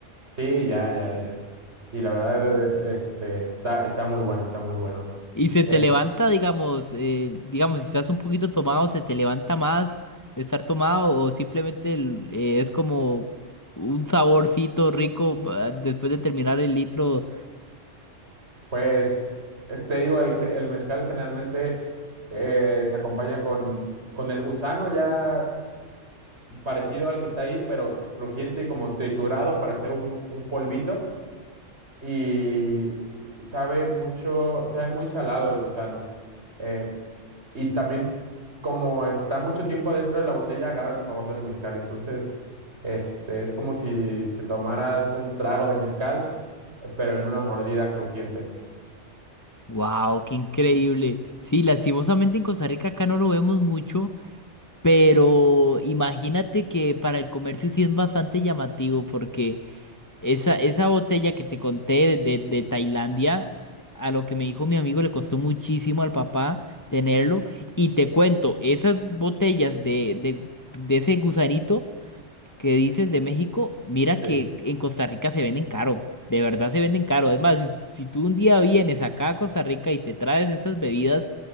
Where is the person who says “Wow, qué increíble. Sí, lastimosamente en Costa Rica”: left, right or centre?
Left